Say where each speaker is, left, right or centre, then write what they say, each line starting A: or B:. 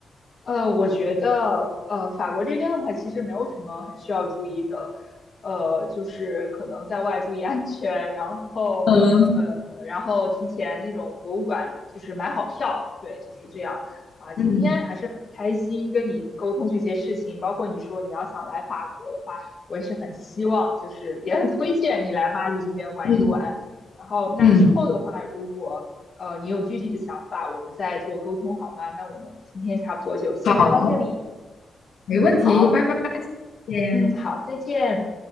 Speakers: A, on the left; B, on the left.
A: 呃，我觉得，呃，法国这边的话，其实没有什么很需要注意的，呃，就是可能在外注意安全，然后，
B: 嗯
A: 呃，然后提前那种博物馆就是买好票，对，就是这样啊。今天还是很开心跟你沟通这些事情，
B: 嗯
A: 包括你说你要想来法国的话，我也是很希望，就是也很推荐你来巴黎这边玩一玩。
B: 嗯
A: 然后，那之后的话，
B: 嗯，
A: 如果呃，你有具体的想法，我们再做沟通好吗？那我们今天差不多就先聊到这里。
B: 好，没问题，
A: 嗯，好，
B: 拜拜，谢谢。
A: 嗯，好，再见。